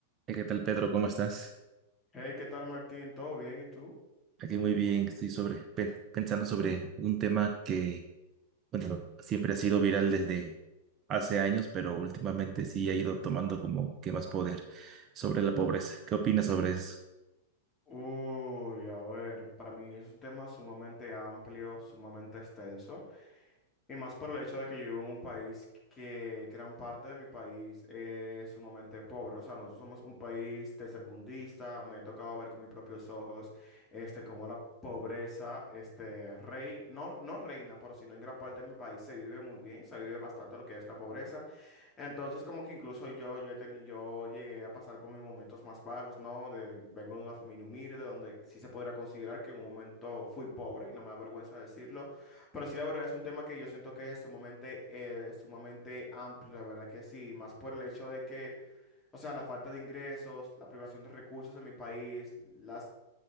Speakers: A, on the right (about 30°); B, on the left (about 15°).
A: Eh, ¿Qué tal, Pedro? ¿Cómo estás?
B: Hey, ¿qué tal, Martín? ¿Todo bien? ¿Y tú?
A: Aquí muy bien, estoy sobre, pen- pensando sobre un tema que, bueno, siempre ha sido viral desde hace años, pero últimamente sí ha ido tomando como que más poder sobre la pobreza. ¿Qué opinas sobre eso?
B: Uy, a ver, para mí es un tema sumamente amplio, sumamente extenso, y más por el hecho de que yo vivo en un país que gran parte de mi país es sumamente pobre. O sea, nosotros somos un país tercermundista, me he tocado ver con mis propios ojos, este, cómo la pobreza, este, rey, no, no reina, pero sino en gran parte de mi país se vive muy bien, se vive bastante lo que es la pobreza. Entonces, como que incluso yo, yo he tenido yo llegué a pasar por mis momentos más bajos, ¿no? De, vengo de una familia humilde, donde sí se podrá considerar que en un momento fui pobre, y no me da vergüenza decirlo, pero sí la verdad es un tema que yo siento que es sumamente, eh, sumamente amplio, la verdad que sí, más por el hecho de que, o sea, la falta de ingresos, la privación de recursos en mi país, las